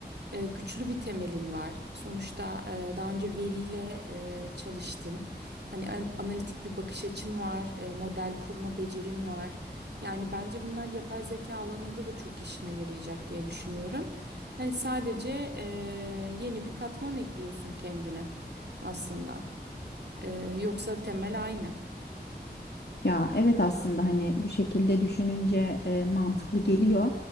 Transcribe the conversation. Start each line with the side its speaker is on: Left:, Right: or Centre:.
Right: Eee, güçlü bir temelin var. Sonuçta eee, daha önce veriyle eee, çalıştın. Hani an- analitik bir bakış açın var. eee, model kurma becerin var. Yani bence bunlar yapay zeka alanında da çok işine yarayacak diye düşünüyorum. Hani sadece eee, yeni bir katman ekliyorsun kendine aslında. Eee, yoksa temel aynı.
Left: Ya evet aslında hani bu şekilde düşününce e, mantıklı geliyor.